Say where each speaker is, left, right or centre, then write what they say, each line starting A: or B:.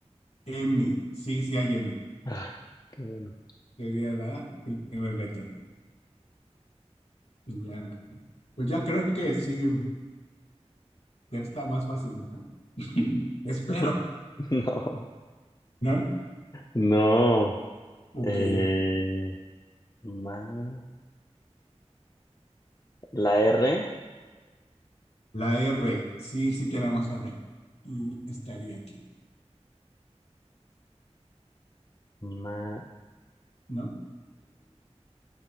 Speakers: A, on the left (about 65°); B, on the left (about 35°).
A: M, sí, sí hay M.
B: Ah, qué bueno.
A: Sería la primera letra. Y ya, pues ya creo que sí, ya está más fácil, ¿no? <laughs> Espero,
B: <laughs> No.
A: ¿no?
B: No.
A: Ok.
B: Eh, ma- la R.
A: La R, sí, sí tenemos R. Y estaría aquí,
B: Mari.
A: ¿no? <laughs>